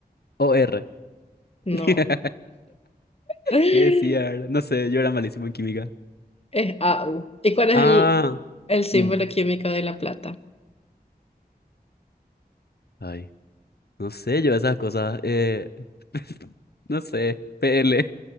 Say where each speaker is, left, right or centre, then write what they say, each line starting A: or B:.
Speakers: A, on the left; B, on the left.
A: o r
B: No,
A: <laughs>
B: <laughs>
A: ¿Qué decía? era? No sé, yo era malísimo en química.
B: es AU. ¿Y cuál es
A: Ah,
B: el, el símbolo
A: Mm.
B: químico de la plata?
A: ay, No sé, yo esas cosas. eh, <laughs> no sé, PL.